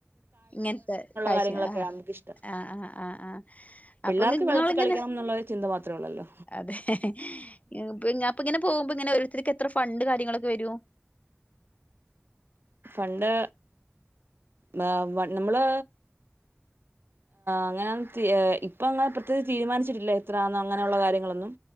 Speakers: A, on the left; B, on the right.
A: ഇങ്ങനത്തെ കാഴ്ചയാ
B: കാര്യങ്ങളൊക്കെയാ നമുക്കിഷ്ടം
A: ആ ആ ആ ആ
B: പിള്ളേർക്ക്
A: അപ്പോ ങ്ങ് നിന്നോളിങ്ങനെ
B: വെള്ളത്തിൽ കളിക്കണം എന്നുള്ള ചിന്ത മാത്രേ ഉള്ളല്ലോ
A: അതെ ഇപ്പോ അപ്പം പോകുമ്പോ ഇങ്ങനെ ഓരോരുത്തര് എ ഇത്ര ഫണ്ട് കാര്യങ്ങളൊക്കെ വെരും
B: ഫണ്ട് മ്മ വ നമ്മള് അങ്ങനെ ത്തി ഇപ്പം അങ്ങനെ പ്രത്യേകിച്ച് തീരുമാനിച്ചിട്ടില്ല എത്രയാന്ന് അങ്ങനെയൊള്ള കാര്യങ്ങളൊന്നും